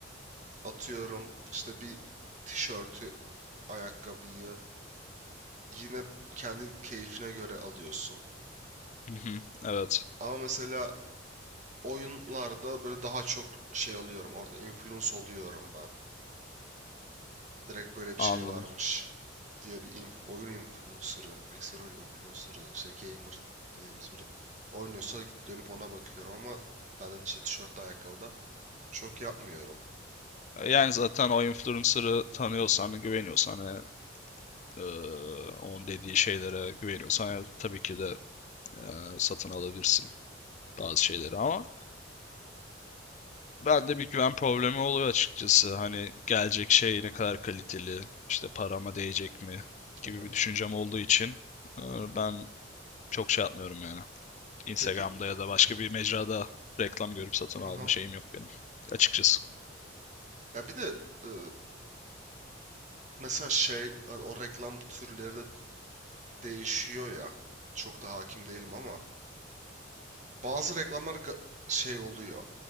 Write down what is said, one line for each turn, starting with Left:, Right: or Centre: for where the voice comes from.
Right: atıyorum işte bir tişörtü, ayakkabıyı yine kendi keyfine göre alıyorsun.
Left: Hı hı, evet
Right: Ama mesela oyunlarda böyle daha çok şey alıyorum. Orada influence oluyorum ben. Direkt böyle bir
Left: anladım.
Right: şey varmış diye bir inf- oyun influencer'ı, bilgisayar oyunu influencer'ı, işte gamer dediğimiz biri oynuyorsa gidip dönüp ona bakıyorum ama ben de işte tişörtte ayakkabıda çok yapmıyorum.
Left: E, Yani zaten o influencer'ı tanıyorsan, güveniyorsan ve e, onun dediği şeylere güveniyorsan e, tabii ki de e, satın alabilirsin bazı şeyleri ama Bende bir güven problemi oluyor açıkçası. Hani gelecek şey ne kadar kaliteli, işte parama değecek mi
Right: Evet.
Left: gibi bir düşüncem olduğu için e, ben çok şey yapmıyorum yani. Instagram'da
Right: Peki,
Left: ya da başka bir mecrada reklam görüp satın alma
Right: aha.
Left: şeyim yok benim açıkçası.
Right: Ya bir de e, mesela şey hani o reklam türleri de değişiyor ya. Çok da hakim değilim ama bazı reklamlar ga- şey oluyor.